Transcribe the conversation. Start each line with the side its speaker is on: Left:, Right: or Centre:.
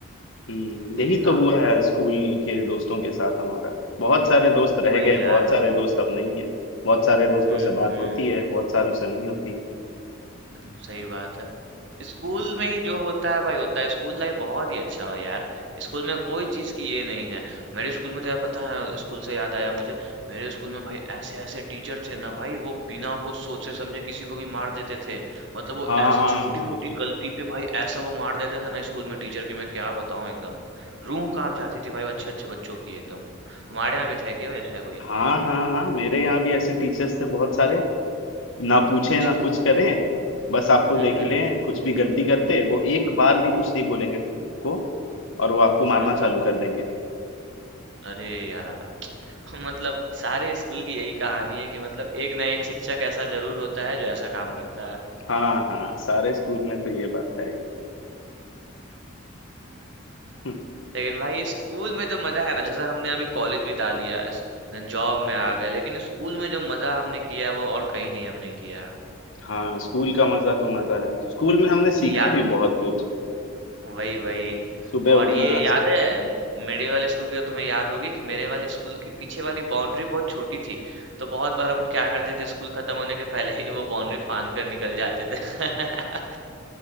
Left: हम्म यही
Right: हाँ,
Left: तो हुआ है स्कूल के दोस्तों के साथ हमारा बहुत सारे दोस्त रह
Right: वही
Left: गए
Right: यार।
Left: बहुत सारे दोस्त अब नहीं है बहुत सारे दोस्तों
Right: हुँ,
Left: से बात
Right: हुँ।
Left: होती है बहुत सारों से नहीं होती
Right: हुँ, सही बात है। स्कूल में ही जो होता है भाई होता है। स्कूल लाइफ बहुत ही अच्छा है यार। स्कूल में कोई चीज़ की ये नहीं है। मेरे स्कूल में तो यार पता है स्कूल से याद आया मुझे, मेरे स्कूल में भाई ऐसे-ऐसे टीचर थे ना भाई वो बिना कुछ सोचे समझे किसी को भी मार देते थे। मतलब वो
Left: हाँ
Right: ऐसा
Left: हाँ
Right: छोटी-मोटी गलती पे भाई ऐसा वो मार देते थे ना स्कूल में टीचर कि मैं क्या बताऊँ एकदम। रूह काँप जाती थी भाई अच्छे-अच्छे बच्चों की एकदम। तुम्हारे यहाँ भी था क्या ऐसा कोई?
Left: हाँ हाँ हाँ मेरे यहाँ भी ऐसे टीचर्स थे बहुत सारे ना पूछे
Right: अच्छा।
Left: ना कुछ करें बस आपको
Right: हुँ,
Left: देख
Right: हुँ।
Left: लें कुछ भी गलती करते वो एक बार भी कुछ नहीं बोलेंगे आपको और वो आपको मारना
Right: हुँ, हुँ।
Left: चालू कर देंगे
Right: अरे यार! <laughs> मतलब सारे स्कूल की यही कहानी है कि मतलब एक ना एक शिक्षक ऐसा जरूर होता है जो ऐसा काम करता है
Left: हाँ हाँ सारे स्कूल में तो ये बात है ही। <laughs>
Right: लेकिन भाई स्कूल में जो मजा है ना जैसे हमने अभी कॉलेज बिता लिया जॉब में आ गए लेकिन स्कूल में जो मजा हमने किया है वो और कहीं नहीं हमने किया
Left: हाँ स्कूल का मजा तो मजा है स्कूल में हमने
Right: है।
Left: सीखा
Right: याद
Left: भी बहुत कुछ
Right: वही वही
Left: सुबह
Right: और
Left: उठना
Right: ये याद है मेरे वाले स्कूल की तो तुम्हें याद होगी कि मेरे वाले स्कूल की पीछे वाली बाउंड्री बहुत छोटी थी तो बहुत बार हम क्या करते थे स्कूल खत्म होने के पहले ही वो बाउंड्री फांद कर निकल जाते थे <laughs>